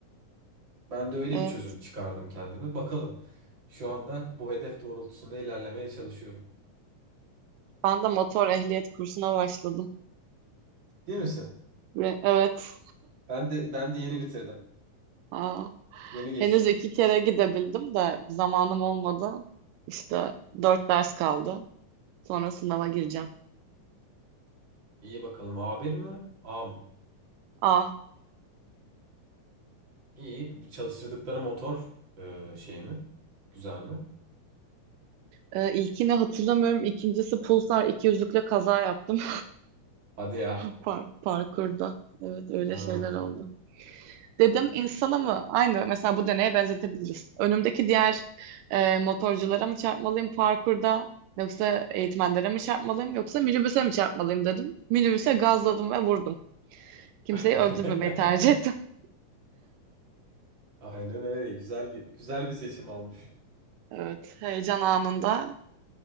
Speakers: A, on the right; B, on the right.
A: Ben de öyle
B: Ee,
A: bir çözüm çıkardım kendime. Bakalım. Şu anda bu hedef doğrultusunda ilerlemeye çalışıyorum.
B: Ben de motor ehliyet kursuna başladım.
A: Değil misin?
B: Ve evet.
A: Ben de ben de yeni bitirdim.
B: Aa,
A: Yeni geçtim.
B: henüz iki kere gidebildim de zamanım olmadı. İşte dört ders kaldı. Sonra sınava gireceğim.
A: İyi bakalım A1 mi? A mı?
B: Ah,
A: İyi. Çalıştırdıkları motor e, şey mi? Güzel mi?
B: e, ilkini hatırlamıyorum. İkincisi Pulsar iki yüzlükle kaza yaptım
A: Hadi ya.
B: <laughs> par parkurda. Evet öyle
A: Ha.
B: şeyler oldu. Dedim insana mı? Aynı mesela bu deneye benzetebiliriz. Önümdeki diğer e, motorculara mı çarpmalıyım parkurda yoksa eğitmenlere mi çarpmalıyım yoksa minibüse mi çarpmalıyım dedim. Minibüse gazladım ve vurdum. Kimseyi
A: <laughs>
B: öldürmemeyi tercih ettim. <laughs>
A: Aynen öyle. Güzel bir güzel bir seçim olmuş.
B: Evet, heyecan anında